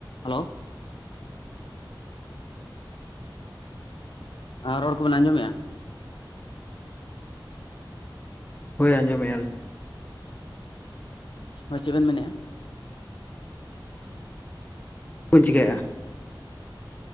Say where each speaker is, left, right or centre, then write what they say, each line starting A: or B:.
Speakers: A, on the left; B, on the left.
A: Hello ᱟᱨ ᱨᱚᱲ ᱠᱚᱵᱤᱱ ᱟᱸᱡᱚᱢ ᱢᱮᱜᱼᱟ?
B: ᱦᱳᱭᱸᱡᱚ ᱢᱮᱜ-ᱟ, ᱞᱤᱧ!
A: ᱦᱚᱭ, ᱪᱮᱫ ᱵᱤᱱ ᱢᱮᱱᱮᱜᱼᱟ?
B: - ᱪᱤᱠᱟᱹ ᱭᱮᱜ-ᱟ᱾